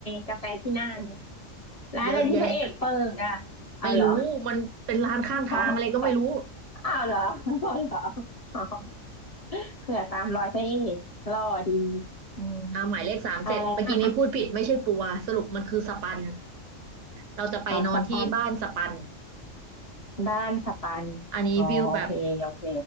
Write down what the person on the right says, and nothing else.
เยอะแยะ
ไม่รู้มันเป็นร้านข้างทางอะไรก็ไม่รู้
อ่าหมายเลขสามเสร็จเมื่อกี้นี้พูดผิดไม่ใช่ปัวสรุปมันคือสปัน
เราจะไปนอนที่บ้านสปัน
อันนี้วิวแบบ